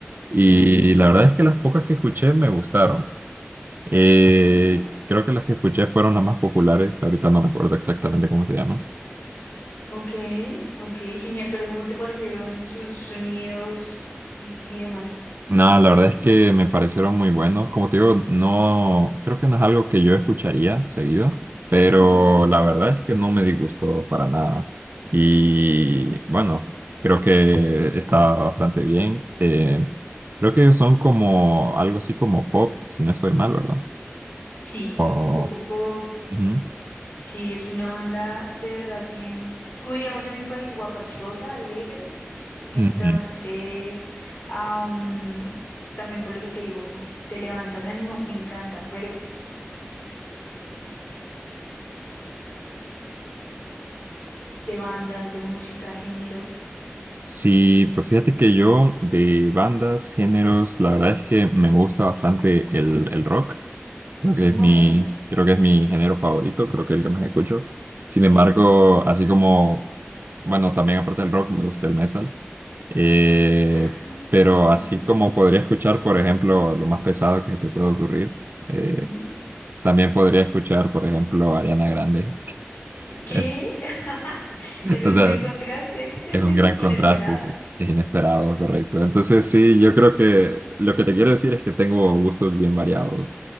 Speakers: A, on the right; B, on the left.
A: Y
B: Sí,
A: la verdad es que las pocas que escuché me gustaron. Eh,
B: ok.
A: creo que las que escuché fueron las más populares, ahorita no recuerdo exactamente cómo se llaman.
B: Ok, ok, genial. Pero ¿cómo te parecieron sus sonidos y, y demás?
A: No, la verdad es que me parecieron muy buenos. Como te digo, no, creo que no es algo que yo escucharía seguido, pero
B: Ujú,
A: la verdad es que no me disgustó para nada. Y bueno, creo que está bastante bien. Eh, creo que ellos son como algo así como pop, si no estoy mal, ¿verdad?
B: Sí,
A: O,
B: un poco pop.
A: Ujú.
B: Sí, es una onda de verdad bien, como diríamos en mi país, guapachosa, alegre. Entonces,
A: Ujú.
B: ah, mm, también por lo que te digo, como que te levanta el ánimo, me encanta. Pero de bandas, de música, géneros.
A: Sí, pues fíjate que yo de bandas, géneros, la verdad es que me gusta bastante el, el rock. Creo que es
B: Ok,
A: mi, creo que es mi género favorito, creo que es el que más escucho. Sin
B: sí.
A: embargo, así como, bueno, también aparte del rock, me gusta el metal. Eh,
B: Ah,
A: pero
B: ok,
A: así como podría escuchar, por ejemplo, lo más pesado que se te puede ocurrir, eh,
B: ujú.
A: también podría escuchar, por ejemplo, Ariana Grande.
B: ¿Qué?
A: <laughs>
B: <laughs> Es
A: O
B: un
A: sea,
B: gran contraste,
A: es un gran
B: inesperado.
A: contraste, es, es inesperado, correcto. Entonces, sí, yo creo que lo que te quiero decir es que tengo gustos bien variados.